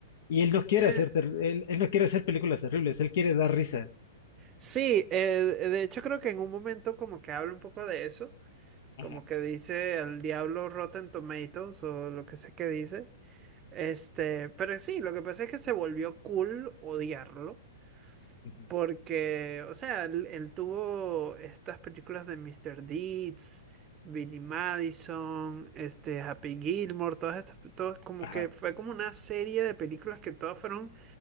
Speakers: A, on the left (about 55°); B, on the right (about 25°).
A: Y él no quiere
B: eh,
A: hacer, ter- él, él no quiere hacer películas terribles, él quiere dar risa.
B: sí, eh, de hecho creo que en un momento como que habla un poco de eso.
A: Ajá.
B: como que dice al diablo Rotten Tomatoes o lo que sé que dice. Este, pero sí, lo que pasa es que se volvió cool odiarlo.
A: ujú,
B: Porque, o sea, él, él tuvo estas películas de Mr. Deeds, Billy Madison, este, Happy Gilmore, todas estas, todas como
A: Ajá.
B: que fue como una serie de películas que todas fueron